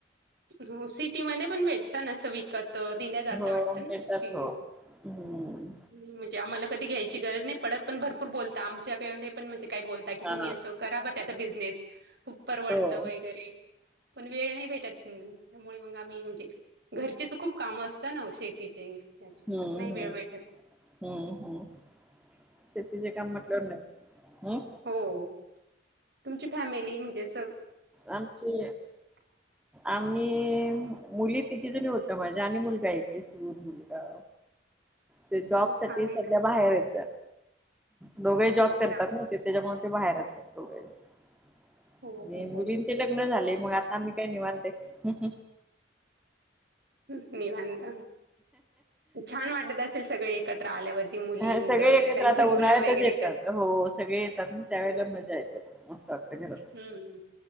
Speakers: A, on the right; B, in the centre.
A: हो सिटी मध्ये पण भेटता न अस विकत दिल्या जाता
B: हो
A: वाटत ना
B: देतात
A: ती
B: हो हम्म
A: नाही म्हणजे आम्हाला कधी घ्यायची गरज नाही पडत पण भरपूर बोलता आमच्याकडे पण म्हणजे काय बोलता की
B: हा
A: तुम्ही असं करा बा त्याचा बिझनेस खूप परवडत
B: हो
A: वगैरे पण वेळ नाही भेटत. हम्म त्यामुळे मग आम्ही म्हणजे घरचेच खूप काम असत ना ओ शेतीचे.
B: हम्
A: तर नाही वेळ
B: हम्
A: भेटत.
B: हम् हम्... शेतीचे काम म्हंटल्यावर नाही. हम....
A: हो हो तुमची फॅमिली म्हणजे अस
B: आमची
A: <inaudible>
B: आम्ही मुली तिघीजणी होत्या माझ्या आणि मुलगा एक आहे सून मुलगा. ते
A: हं,
B: जॉब
A: छान
B: साठी
A: आहे
B: सध्या
A: ना.
B: बाहेर आहेत. दोघही जॉब
A: अच्छा.
B: करतात ना ते. तेच्यामुळं ते बाहेर असतात दोघेही आणि
A: हो, हो,
B: मुलींची
A: हो.
B: लग्न झाले मग आता आम्ही काय निवांत आहे.
A: ह निवांत छान वाटत असेल सगळे एकत्र आल्यावरती मुली,
B: हा
A: मुलं
B: सगळे एकत्र
A: त्यांची
B: आता
A: मुलं
B: उन्हाळ्यातच
A: वगैरे
B: येतात
A: कशी
B: हो सगळे येतात ना त्यावेळेला
A: हं.
B: मजा येते. मस्त वाटत घरात.
A: हं.